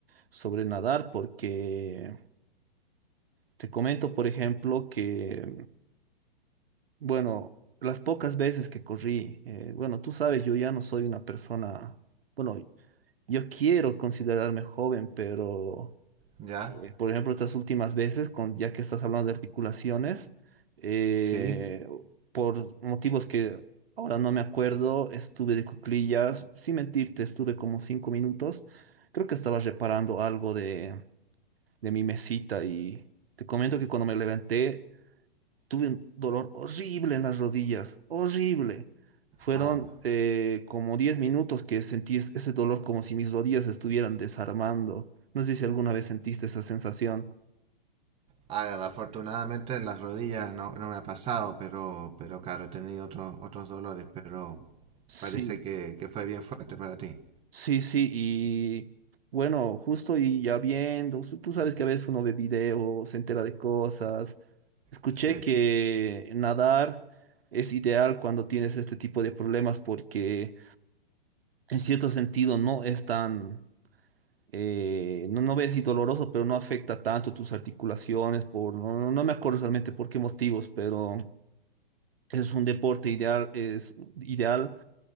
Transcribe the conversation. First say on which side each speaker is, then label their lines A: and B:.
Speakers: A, on the right; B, on the right.
A: sobre nadar, porque te comento, por ejemplo, que, bueno, las pocas veces que corrí, eh, bueno, tú sabes, yo ya no soy una persona, bueno, yo quiero considerarme joven, pero...
B: ¿Ya?
A: Eh, Por ejemplo, estas últimas veces, con, ya que estás hablando de articulaciones, eh,
B: Sí.
A: por motivos que ahora no me acuerdo, estuve de cuclillas, sin mentirte, estuve como cinco minutos. Creo que estaba reparando algo de, de mi mesita y te comento que cuando me levanté tuve un dolor horrible en las rodillas, horrible. Fueron
B: Ah,
A: eh, como 10 minutos que sentí es- ese dolor como si mis rodillas se estuvieran desarmando. No sé si alguna vez sentiste esa sensación.
B: ah, afortunadamente en las rodillas no, no me ha pasado, pero, pero claro, he tenido otros otros dolores, pero
A: Sí,
B: parece que, que fue bien fuerte para ti.
A: sí, sí, y bueno, justo y ya viendo, tú tú sabes que a veces uno ve videos, se entera de cosas. Escuché
B: Sí,
A: que nadar es ideal cuando tienes este tipo de problemas porque en cierto sentido no es tan, eh, no, no ves si doloroso, pero no afecta tanto tus articulaciones, por, no, no no me acuerdo realmente por qué motivos, pero es un deporte ideal, es ideal